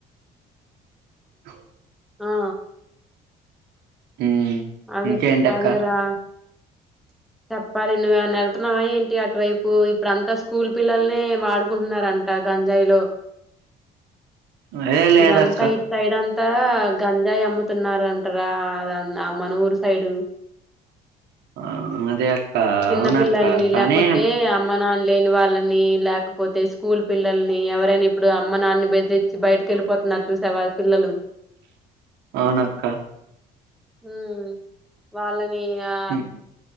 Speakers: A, on the right (about 80°); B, in the centre.
A: అ
B: ఆ
A: ఉమ్
B: అదే
A: ఇంకేంటక్క
B: అదే రా చెప్పాలి నువ్వెవన్నా వెళ్తున్నావా ఏంటి అటువైపు ఇప్పుడు అంతస్ స్కూల్ పిల్లల్నీ వాడుకుంటున్నారంట గంజాయిలో.
A: అదే లేదక్క
B: ఇదంతా ఇట్ సైడ్ అంతా గంజాయి అమ్ముతున్నారంటరా అంటరా మనుగూరు సైడు.
A: ఆ అదే అక్క
B: చిన్న
A: అవునక్క
B: పిల్లల్ని
A: కానీ
B: లేపోతే అమ్మ నాన్నలే వాళ్ళని లేకపోతే స్కూల్ పిల్లల్ని ఎవరైనా ఇప్పుడు అమ్మ నాన్నన్ని బెదిరిచ్చి బయటకి వెళ్ళిపోతున్నార్ చూసావా పిల్లలు
A: అవునక్క
B: హ్మ్ వాళ్ళని ఆ
A: ఉమ్